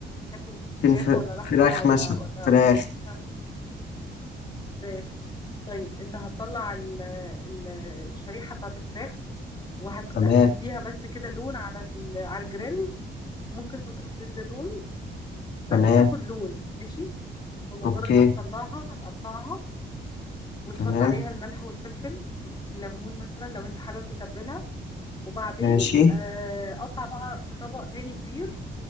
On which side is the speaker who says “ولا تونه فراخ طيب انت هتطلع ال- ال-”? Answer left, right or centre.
Left